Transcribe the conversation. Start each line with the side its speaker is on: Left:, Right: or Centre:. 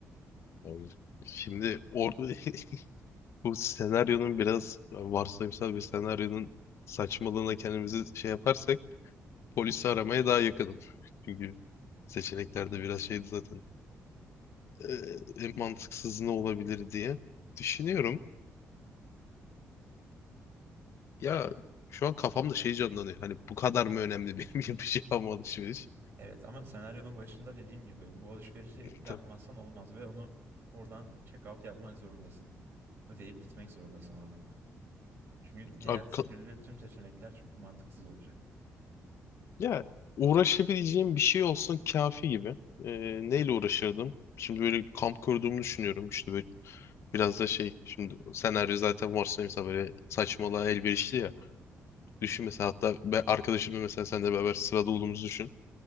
Left: Abi, Şimdi or <laughs> bu senaryonun biraz varsayımsal bir senaryonun saçmalığına kendimizi şey yaparsak polisi aramaya daha yakınım. <laughs> Çünkü seçeneklerde biraz şeydi zaten. Ee, en mantıksız ne olabilir diye düşünüyorum. Ya şu an kafamda şey canlanıyor. Hani bu kadar mı önemli benim <laughs> yapacağım alışveriş?
Right: Evet ama senaryonun başında dediğim gibi bu alışverişi yapmazsan
Left: Tamam.
Right: olmaz ve onu oradan check out yapmak zorundasın. Ödeyip gitmek zorundasın oradan. Çünkü diğer
Left: Abi ka-
Right: türlü tüm seçenekler çok mantıksız olacak.
Left: ya uğraşabileceğim bir şey olsun kafi gibi. Ee, neyle uğraşırdım? Şimdi böyle kamp kurduğumu düşünüyorum. İşte böyle biraz da şey. Şimdi senaryo zaten varsayımsa böyle saçmalığa elverişli ya. Düşün mesela hatta ben arkadaşımla mesela seninle beraber sırada olduğumuzu düşün.